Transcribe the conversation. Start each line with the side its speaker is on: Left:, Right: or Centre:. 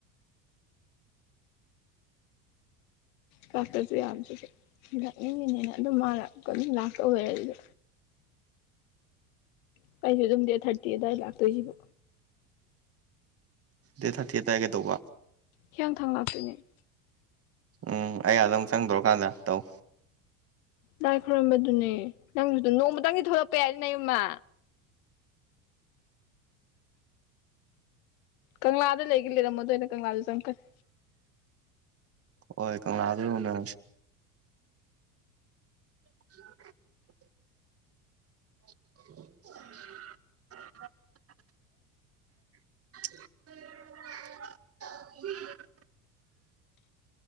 Left: ꯀꯥꯄꯁꯨ ꯌꯥꯕꯁꯨꯁꯨ ꯂꯥꯛꯅꯤꯡꯉꯤꯅꯤꯅ ꯑꯗꯨꯝ ꯃꯥꯂ ꯑꯗꯨꯝ ꯂꯥꯛꯀ ꯑꯣꯏꯔ ꯑꯗꯨ <unintelligible> ꯑꯗꯨꯝ ꯗꯦ ꯊꯥꯔꯇꯤ ꯑꯗꯨꯋꯥꯏ ꯂꯥꯛꯇꯣꯏꯁꯤꯕꯣ
Right: ꯗꯦꯠ ꯊꯥꯔꯇꯤ ꯑꯗꯋꯥꯏ ꯀꯩꯗꯧꯕ
Left: ꯍꯤꯌꯥꯡꯊꯥꯡ ꯂꯥꯛꯇꯣꯏꯅꯦ
Right: ꯎꯝ ꯑꯩ ꯑꯗꯥ ꯑꯃꯨꯛ ꯆꯪꯗꯧꯀꯥꯟꯗ ꯇꯧ
Left: ꯂꯥꯏ ꯈꯣꯏꯔꯝꯕꯗꯨꯅꯦ ꯅꯪꯁꯨꯗ ꯅꯣꯡꯃꯇꯪꯗꯤ ꯊꯣꯛꯂꯛꯄ ꯌꯥꯏ ꯅ ꯌꯨꯝꯃ ꯀꯪꯂꯥꯗ ꯂꯩꯒ ꯂꯩꯔꯝꯃꯗꯣ ꯑ ꯑꯣꯏꯅ ꯀꯪꯂꯥꯗ ꯆꯪꯈꯠꯦ
Right: ꯍꯣꯏ ꯀꯪꯂꯥ ꯑꯗꯨꯅ <unintelligible> <unintelligible> <unintelligible>